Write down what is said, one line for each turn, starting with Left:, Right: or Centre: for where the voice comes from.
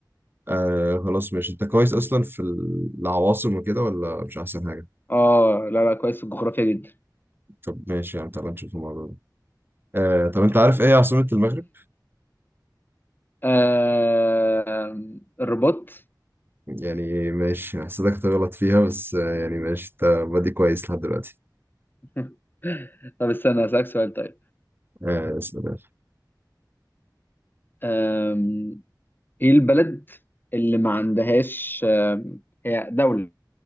Right: آه خلاص ماشي انت كويس اصلا في العواصم وكده ولا مش احسن حاجه
Left: اه لا لا كويس في الجغرافيا جدا
Right: طب ماشي يعني تعالى نشوف الموضوع ده آه طب انت عارف ايه عاصمه المغرب
Left: آه... الرباط
Right: يعني ماشي حسيتك هتغلط فيها بس آه يعني ماشي انت بادي كويس لحد دلوقتي
Left: <laughs> طب استنى هسألك سؤال طيب
Right: آه اسأل.
Left: آم... ايه البلد اللي ما عندهاش آم... هي دولة